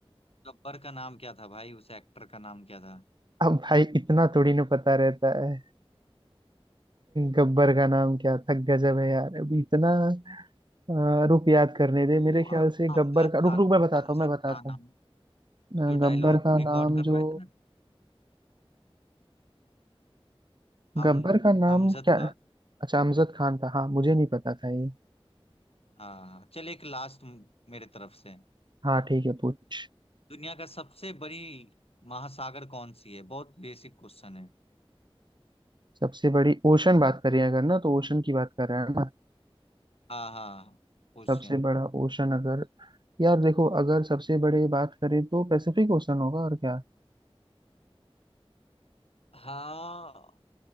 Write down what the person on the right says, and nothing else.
अब भाई इतना थोड़ी ना पता रहता है गब्बर का नाम क्या था गजब है यार अभी इतना अ, रुक याद करने दे
मेरे ख्याल
से
गब्बर का
रुक रुक मैं बताता
हूँ मैं बताता
हूँ अ,
गब्बर
का
नाम
जो
गब्बर का नाम
क्या
अच्छा अमजद खान था हाँ मुझे नहीं पता था ये
हाँ ठीक है पूछ
सबसे बड़ी ओशन बात करें अगर ना तो ओशन की बात कर रहे हैं ना
सबसे बड़ा ओशन अगर यार देखो अगर सबसे बड़े बात करें तो पैसिफिक ओशन होगा और क्या